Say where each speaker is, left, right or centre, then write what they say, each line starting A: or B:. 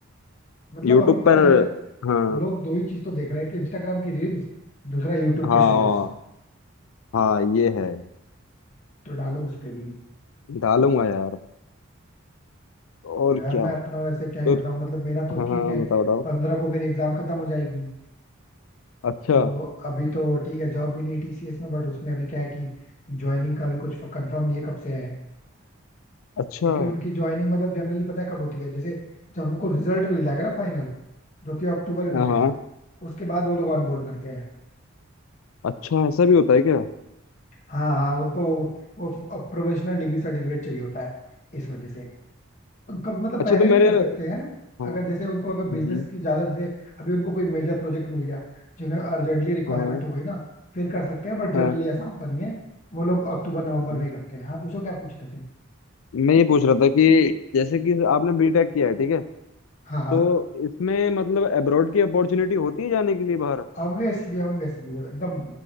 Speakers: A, on the left; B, on the left.
A: मतलब
B: यूट्यूब
A: अभी पता
B: पर
A: है
B: हाँ
A: लोग दो ही चीज तो देख रहे हैं कि इंस्टाग्राम की रील्स दूसरा यूट्यूब
B: हाँ
A: के शॉर्ट्स
B: हाँ ये है
A: तो डालो उस पे भी
B: डालूंगा यार और
A: यार
B: क्या
A: मैं अपना वैसे क्या ही
B: तो
A: बताऊं मतलब मेरा
B: हाँ
A: तो ठीक
B: हाँ
A: है
B: बताओ बताओ
A: पंद्रह को मेरी एग्जाम खत्म हो जाएगी
B: अच्छा
A: तो अभी तो ठीक है जॉब मिली टीसीएस में बट उसमें अभी क्या है कि ज्वाइनिंग का भी कुछ कंफर्म नहीं है कब से है
B: अच्छा
A: क्योंकि उनकी ज्वाइनिंग मतलब जनरली पता है कब होती है जैसे जब हमको रिजल्ट मिल जाएगा ना फाइनल जो कि अक्टूबर में
B: हाँ
A: मिलेगा
B: हाँ
A: उसके बाद वो लोग ऑनबोर्ड करते हैं
B: अच्छा ऐसा भी होता है क्या
A: हाँ हाँ उनको वो प्रोफेशनल डिग्री सर्टिफिकेट चाहिए होता है इस वजह से हम कब मतलब
B: अच्छा
A: पहले
B: तो मेरे
A: भी कर सकते हैं
B: हाँ
A: अगर जैसे उनको अगर
B: हम्म,
A: बिजनेस की ज्यादा जैसे अभी उनको कोई मेजर प्रोजेक्ट मिल गया जिन्हें अर्जेंटली रिक्वायरमेंट
B: हाँ
A: हो गई ना फिर कर सकते हैं बट जनरली
B: हाँ
A: ऐसा होता नहीं है वो लोग अक्टूबर नवंबर
B: हाँ।
A: में ही करते हैं हाँ पूछो क्या पूछ रहे थे
B: मैं ये पूछ रहा था कि जैसे कि आपने बीटेक किया है ठीक है
A: हाँ हाँ
B: तो इसमें मतलब अब्रॉड की अपॉर्चुनिटी होती है जाने के लिए बाहर
A: ऑब्वियसली ऑब्वियसली एकदम